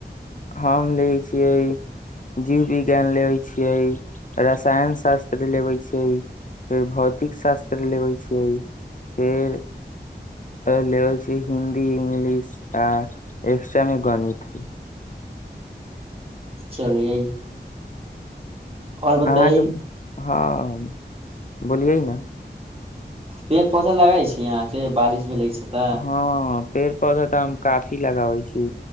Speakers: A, on the left (about 45°); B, on the right (about 30°).
A: हम लेै छियै जीवविज्ञान लेबै छियै रसायन शास्त्र लेबै छियै फेर भौतिक शास्त्र लेबै छियै फेर लेबै छियै हिन्दी इंग्लिश आ एक्स्ट्रामे गणित
B: चलियै और बताइ
A: आहाँके हँ बोलियै ना
B: पेड़ पौधा लगाई छी आहाँ के बारिश भेले छै तऽ
A: हँ पेड़ पौधा तऽ हम काफी लगाबै छी